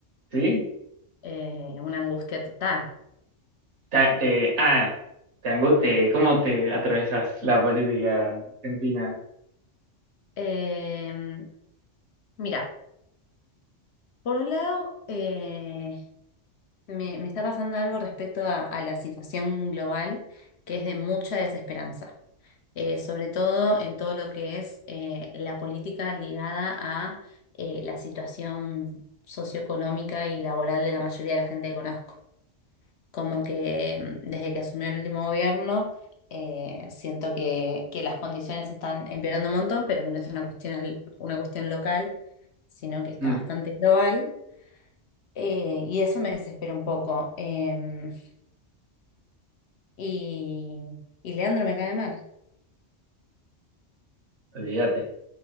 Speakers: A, on the right; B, on the left.
A: ¿Sí?
B: Eh, una angustia total.
A: Ta- te... Ah, te angu- te- ¿Cómo te atravesas la política argentina?
B: Eh, mira, por un lado, eh, me, me está pasando algo respecto a, a la situación global que es de mucha desesperanza. Eh, sobre todo en todo lo que es eh, la política ligada a eh, la situación socioeconómica y laboral de la mayoría de la gente que conozco. como que mm, desde que asumió el último gobierno, eh, siento que, que las condiciones están empeorando un montón, pero que no es una cuestión, al- una cuestión local, sino que está
A: Mm,
B: bastante global. Eh, y eso me desespera un poco. Em, y, y Leandro me cae mal.
A: olvídate.